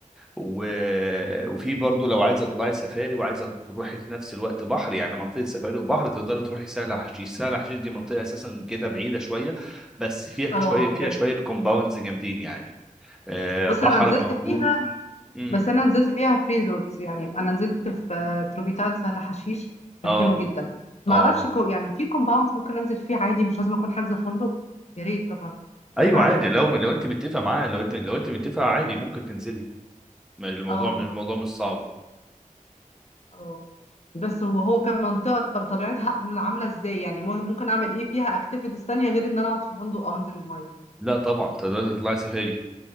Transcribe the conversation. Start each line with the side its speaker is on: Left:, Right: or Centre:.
Centre: و... وفي برضو لو عايزه تطلعي سفاري وعايزه تروحي في نفس الوقت بحر يعني منطقه سفاري وبحر تقدري تروحي سهل حشيش سهل حشيش دي منطقه اساسا كده بعيده شويه بس فيها
Left: اه
Centre: شويه
Left: عارفاها
Centre: فيها شويه كومباوندز جامدين يعني آه
Left: بص
Centre: بحر
Left: انا نزلت
Centre: موجود
Left: فيها
Centre: امم
Left: بس انا نزلت فيها في ريزورتس يعني انا نزلت في آه، تروبيتال سهل حشيش
Centre: اه
Left: كان حلو جدا ما
Centre: اه
Left: اعرفش كو يعني في كومباوندز ممكن انزل فيه عادي مش لازم اكون حاجزه فندق يا ريت طبعا
Centre: ايوه
Left: ده هيبقى
Centre: عادي
Left: احلى
Centre: لو لو انت متفقه معاه لو انت لو انت متفقه عادي ممكن تنزلي ما الموضوع
Left: اه
Centre: من الموضوع مش صعب
Left: اه بس وهو كان منطقه طب طبيعتها عامله عاملة ازاي يعني مو- ممكن اعمل ايه فيها اكتيفيتيز تانية غير ان انا اقعد في فندق او انزل الميه
Centre: لا طبعا تقدري تطلعي سفاري